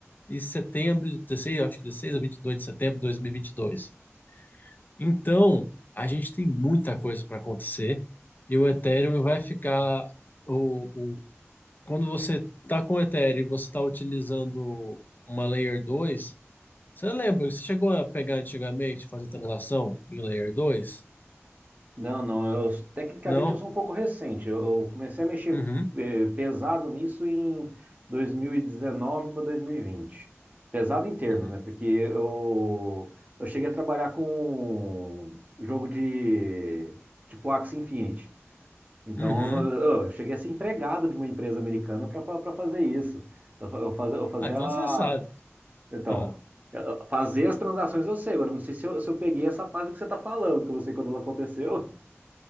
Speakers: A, on the left (about 40°); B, on the right (about 35°).
A: em setembro, 16, acho que 16 a vinte e dois de setembro de dois. mil e vinte e dois. Então, a gente tem muita coisa para acontecer e o Ethereum vai ficar o, o- quando você está com o Ethereum, e você está utilizando uma Layer dois você lembra que você chegou a pegar antigamente, fazer transação em Layer dois
B: Não, não, eu tecnicamente
A: Não?
B: eu sou um pouco recente. Eu, eu comecei a mexer
A: Uhum,
B: eh, pesado nisso em 2019 para 2020. Pesado em termos,
A: uhum,
B: né? Porque eu, eu cheguei a trabalhar com jogo de tipo Axie Infinity. Então
A: uhum.
B: eu, eu cheguei a ser empregado de uma empresa americana para fazer isso. Eu, fa- eu, faz- eu fazia.
A: Ah, então você sabe.
B: Então,
A: Ah.
B: eu- fazer as transações eu sei, agora não sei se eu, se eu peguei essa fase que você está falando, porque eu não sei quando ela aconteceu.